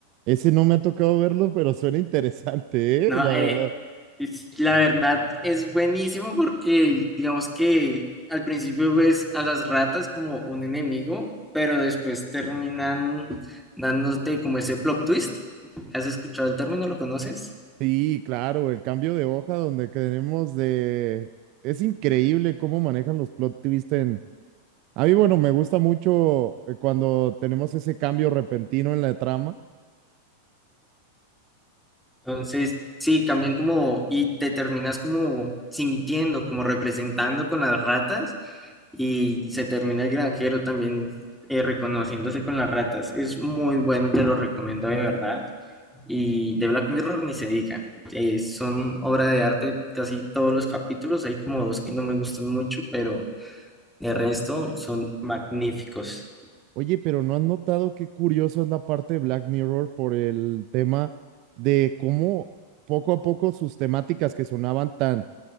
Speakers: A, on the right; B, in the centre.
A: Ese no me ha tocado verlo, pero suena interesante,
B: No,
A: ¿eh? La
B: eh,
A: verdad.
B: es- la verdad es buenísimo porque digamos que al principio ves a las ratas como un enemigo, pero después terminan dándote como ese plot twist. ¿Has escuchado el término? ¿Lo conoces?
A: Sí, claro, el cambio de hoja donde tenemos de... Es increíble cómo manejan los plot twists en... A mí, bueno, me gusta mucho eh, cuando tenemos ese cambio repentino en la trama.
B: Entonces, sí, cambian como y te terminas como sintiendo, como representando con las ratas y se termina el granjero también eh, reconociéndose con las ratas. Es muy bueno, te lo recomiendo de verdad. Y de Black Mirror ni se diga. eh, son obra de arte casi todos los capítulos. Hay como dos que no me gustan mucho, pero el resto son magníficos.
A: Oye, pero ¿no has notado qué curioso es la parte de Black Mirror por el tema de cómo poco a poco sus temáticas que sonaban tan